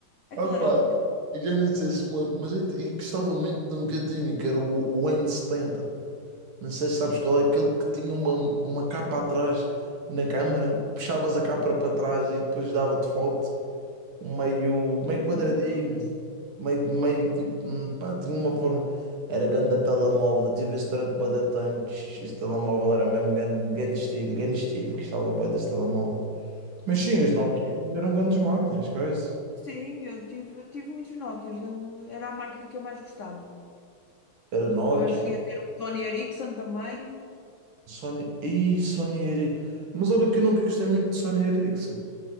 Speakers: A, on the left; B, on the right.
A: Aquilo
B: Opa,
A: era altamente.
B: eu já nem sei se me lembro, mas eu, eu gostava muito de um que eu tinha, que era o, o n setenta. Não sei se sabes qual é, aquele que tinha uma, uma capa atrás na câmara, puxavas a capa para trás e depois dava-te foto. meio, meio quadradinho,
A: Eu não me lembro desse.
B: meio, meio tipo, hum, pá, tinha uma forma. Era grande telemóvel, eu tive esse durante bué de tempo. tch, Esse telemóvel era mesmo grande, grande estilo, grande estilo, gostava bué desse telemóvel. Mas sim,
A: E
B: os Nokia
A: era- era-
B: eram grandes máquinas, coisa.
A: Sim, eu tive, tive muitos Nokias, lembro, era a marca que eu mais gostava.
B: Era Nokia,
A: Depois cheguei a ter um Sony Ericsson também.
B: Sony, e Sony Ericsson. Mas olha que eu nunca gostei muito de Sony Ericsson.